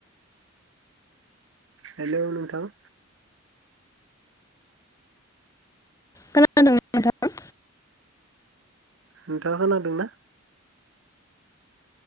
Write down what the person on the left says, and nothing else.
खोनादों ना नोंथां?